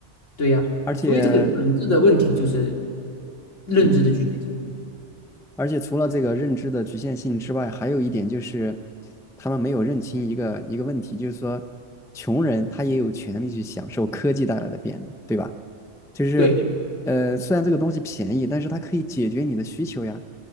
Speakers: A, on the left; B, in the centre.
A: 对呀，
B: 而且，
A: 所以这个本质的问题就是认知的局限性，
B: 嗯，而且除了这个认知的局限性之外，还有一点就是，他们没有认清一个一个问题，就是说，穷人他也有权利去享受科技带来的便利，对吧？就是，
A: 对
B: 呃，虽然这个东西便宜，但是它可以解决你的需求呀，